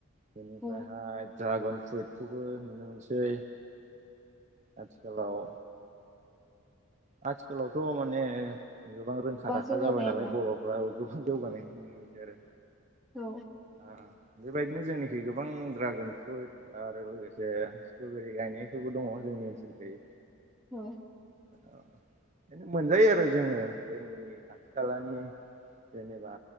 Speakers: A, on the right (about 35°); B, in the centre.
A: बेनिफ्रायहाय
B: औ
A: ड्रागन फ्रुइटखौबो नुनो मोनसै। आथिखालाव आथिखालावथ माने गोबां रोंखा राखा
B: जौगाबाय
A: जाबाय नालाय
B: आरोना
A: बर फ्राबो गोबां जौगानायखौ नुनो मोनसै आरो।
B: औ।
A: आ-बेबायदिनो जोंनिखै गोबां ड्रागन फ्रुइट आरो लोगोसे स्ट्रबेरि गायनायफोरबो दङ जोंनि ओनसोलखै।
B: औ।
A: ओ बेनो मोनजायो आरो जोङो जोंनि खाथि खालानि जेनेबा